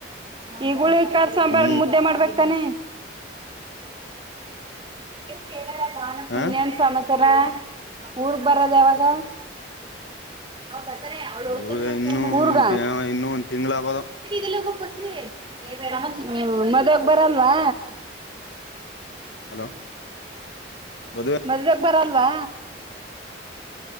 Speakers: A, on the right; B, on the left.
A: ಈಗುಳಿ ಕಾರ್ ಸಾಂಬಾರ್
B: ಹ್ಮ್
A: ಮುದ ಮಾಡ್ಬೇಕ ತಾನೆ ಕೇಳ ಬ
B: ಹ
A: ವಿನ್ಯನ್ ಸಮಚಾರ ಊರ್ ಬರದ ಯಾವಾಗ ಅವ್ ಬರ್ತಾರೆ ಅವ್ಳ
B: ಊಗ ಇನ್ನು
A: ಫೋನ್ ಮಾಡರ್ಗ
B: ಇನ್ನು ಒಂದ್ ತಿಂಗ್ಳ ಆಬದು
A: ಬಲಿ ಬ ಮದಗ ಬರಲ್ವಾ
B: ಹಲೋ ಬದ
A: ಮದ್ುವೆಗೆ ಬರಲ್ವಾ